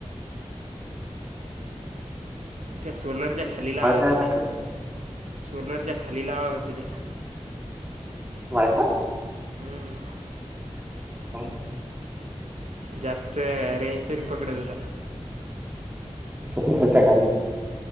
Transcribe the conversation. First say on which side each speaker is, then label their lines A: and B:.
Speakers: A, on the right; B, on the right.
A: त्या सोलरच्या खाली लावत
B: यायला
A: होते
B: का
A: सोलरच्या खाली लावावत होते
B: वायफाय
A: हम्म
B: ह
A: जास्त रेंज तरी पकडत होता
B: च खालाच्या खाली